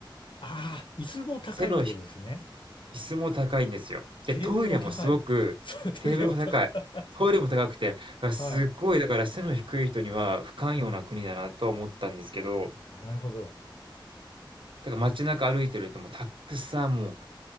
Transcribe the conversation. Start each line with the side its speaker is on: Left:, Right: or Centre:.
Left: ああ、椅子も高いってことですね。
Right: 背の低椅子も高いんですよ。で、
Left: テーブルも高い。
Right: トイレもすごくテーブルも高い。
Left: <laughs> そう、トイレも高い。
Right: トイレも高くて、あ、すっごいだから背の低い人には不寛容な国だなとは思ったんですけど、
Left: <laughs> はい。うん。なるほど。
Right: だから街中歩いてるともうたっくさんも